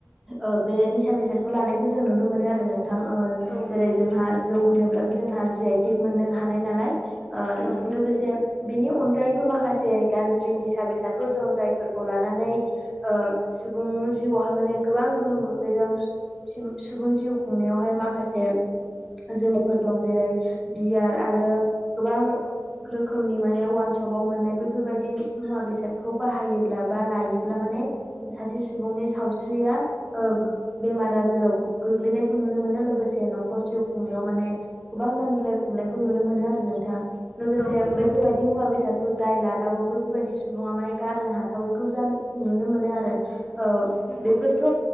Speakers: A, in the centre; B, on the left.
A: ओ बे निसा बेसादखौ लानायखौ जों नुनो मोनो आरो नोंथां। ओ
B: औ
A: जेरै
B: नंगौ
A: जोंहा जौ होनोब्लाथ' जोंहा जि आइ थेक मोननो हानाय नालाय। ओ
B: औ
A: लोगोसे बेनि अनगायैबो माखासे गाज्रि निसा बेसादफोर दं जायफोर खौ लानानै ओ सुबुं जिउआवहाय माने गोबां गोहोम गो गोग्लैदों सुबुं जिउ खुंनायावहाय माखासे जोमायफोर दं जेरै बियार आरो गोबां रोखोमनि माने अवान सपाव मोननाय बेैफोरबायदि मुवा बेसादखौ बाहायोब्ला बा लायोब्ला माने सासे सुबुंनि सावस्रिया ओ बेमार आजाराव गोग्लैनायखौ नुनो मोनो लोगोसे न'खर जिउ खुंनायाव माने गोबां नांज्लाय खमलायखौ नुनो मोनो आरो नोंथां। लोगोसे
B: औ नंगौ
A: बैफोरबायदि मुवा बेसादखौ जाय लादावो बैफोरबायदि सुबुङा माने गारनो हा थावैखौ जा नुनो मोनो आरो ओ
B: नंगौ
A: बेफोरथ'